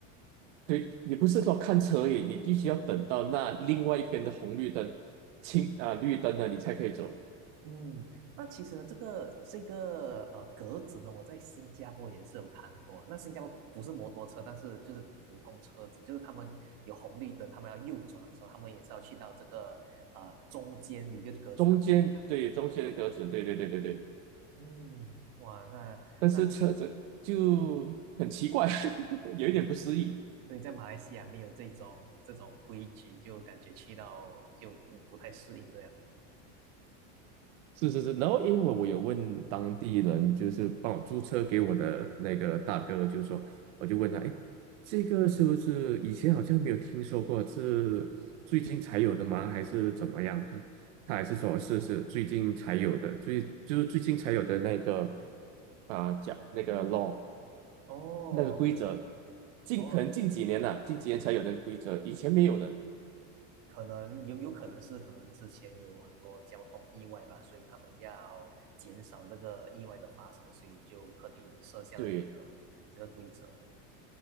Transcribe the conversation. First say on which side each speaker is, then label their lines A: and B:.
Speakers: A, on the right (about 80°); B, on the right (about 55°).
A: 对，你不是说看车而已，你必须要等到那另外一边的红绿灯、青啊、绿灯了，你才可以走。
B: 嗯，那其实呢，这个这个呃格子呢，我在新加坡也是有看过。那新加坡不是摩托车，但是就是普通车子，就是他们有红绿灯，他们要右转的时候，他们也是要去到这个呃中间有一个格子，
A: 中间对中间的格子，
B: 他们会去那里停。
A: 对对对对对。
B: 嗯，哇，那那其实
A: 但是车子就很奇怪，<laughs> 有一点不适应。
B: <laughs> 所以在马来西亚没有这种这种规矩，就感觉去到就不不太适应这样。
A: 是是是，然后因为我有问当地人，就是帮我租车给我的那个大哥，就是说，我就问他，哎，这个是不是以前好像没有听说过，是最近才有的吗？还是怎么样？他还是说是是最近才有的，最就是最近才有的那个啊，讲那个 law
B: 哦
A: 那个规则，近可能近几年呐、
B: 哦，
A: 近几年才有的规则，以前没有的。
B: 可能有有可能是可能之前有很多交通意外吧，所以他们要减少这个意外的发生，所以就特地设下了这个这个规则。
A: 对。